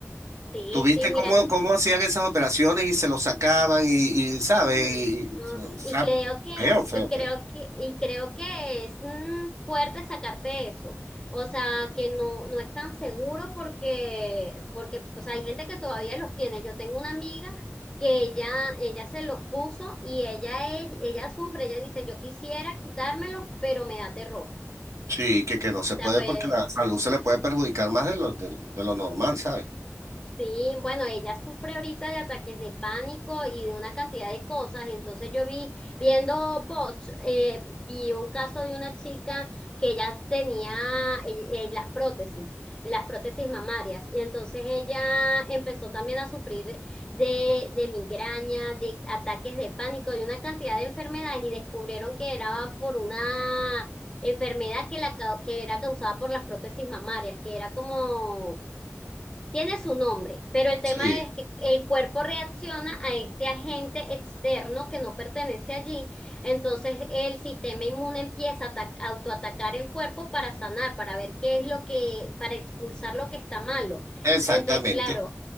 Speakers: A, on the left; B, on the right.
A: sí,
B: ¿Tuviste
A: sí, mira,
B: cómo,
A: yo
B: cómo hacían esas operaciones y se lo sacaban y, y ¿sabes?
A: Ay,
B: Y-
A: no.
B: y, o sea,
A: Y creo que,
B: feo, feo,
A: y creo
B: feo.
A: que, y creo que es mm, fuerte sacarte eso. O sea, que no, no es tan seguro porque, porque, o sea, hay gente que todavía los tiene. Yo tengo una amiga que ella, ella se los puso y ella, ella, ella sufre, ella dice, yo quisiera quitármelos, pero me da terror. O
B: Sí, que, que no se
A: sea,
B: puede
A: pues,
B: porque la salud se le puede perjudicar más de lo, de, de lo normal, ¿sabes?
A: Sí, bueno, ella sufre ahorita de ataques de pánico y de una cantidad de cosas. Entonces yo vi, viendo bots, eh, vi un caso de una chica que ella tenía eh, eh, las prótesis, las prótesis mamarias. Y entonces ella empezó también a sufrir de, de migraña, de ataques de pánico, de una cantidad de enfermedades y descubrieron que era por una enfermedad que, la, cau- que era causada por las prótesis mamarias, que era como tiene su nombre, pero el tema
B: Sí,
A: es que el cuerpo reacciona a este agente externo que no pertenece allí, entonces el sistema inmune empieza a ata- autoatacar el cuerpo para sanar, para ver qué es lo que, para expulsar lo que está malo.
B: exactamente.
A: Entonces, claro,